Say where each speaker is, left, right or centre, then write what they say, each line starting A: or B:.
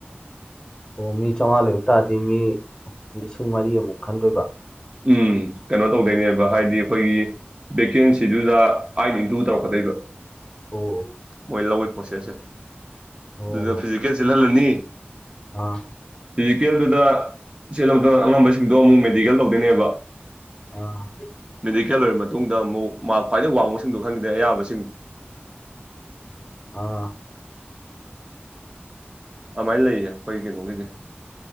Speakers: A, on the left; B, on the right.
A: ꯑꯣ ꯃꯤ ꯆꯥꯝꯃꯉꯥ ꯂꯩꯕ ꯇꯥꯔꯗꯤ ꯃꯤ ꯂꯤꯁꯤꯡ ꯃꯔꯤ ꯑꯃꯨꯛ ꯈꯟꯗꯣꯏꯕ
B: ꯎꯝ ꯀꯩꯅꯣ ꯇꯧꯗꯣꯏꯅꯦꯕ ꯍꯥꯏꯗꯤ ꯑꯩꯈꯣꯏꯒꯤ ꯚꯦꯀꯦꯟꯁꯤꯗꯨꯗ ꯑꯩꯠ ꯅ ꯏꯟꯇꯨ ꯇꯧꯔꯛꯀꯗꯣꯏꯕ
A: ꯑꯣ
B: ꯃꯣꯏ ꯂꯧꯕꯩ ꯄ꯭ꯔꯣꯁꯦꯁꯁꯦ
A: ꯑꯣ
B: ꯑꯗꯨꯗ ꯐꯤꯖꯤꯀꯦꯜ ꯆꯦꯜꯍꯜꯂꯅꯤ
A: ꯑꯥ
B: ꯐꯤꯖꯤꯀꯦꯜꯗꯨꯗ ꯆꯦꯜꯂꯣꯗ ꯑꯉꯝꯕꯁꯤꯡꯗꯣ ꯑꯃꯨꯛ ꯃꯦꯗꯤꯀꯦꯜ ꯇꯧꯗꯣꯏꯅꯦꯕ
A: ꯑꯥ
B: ꯃꯤꯗꯤꯀꯦꯜ ꯂꯣꯢꯃꯛ ꯇꯨꯡꯗ ꯑꯃꯨꯛ ꯃꯥꯛ ꯈ꯭ꯋꯥꯏꯗꯒꯤ ꯋꯥꯡꯕꯁꯤꯡꯗꯣ ꯈꯟꯈꯤꯗꯩ ꯑꯌꯥꯕꯁꯤꯡ
A: ꯑꯥ
B: ꯑꯃꯥꯏ ꯂꯩꯌꯦ ꯑꯩꯈꯣꯏ ꯀꯩꯅꯣꯒꯤꯗꯤ